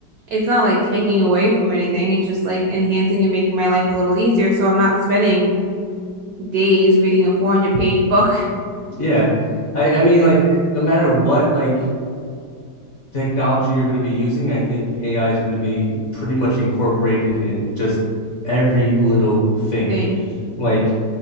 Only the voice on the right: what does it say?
it's not like taking away from anything. It's just like enhancing and making my life a little easier so I'm not spending days reading a 400 page book
<laughs> thing.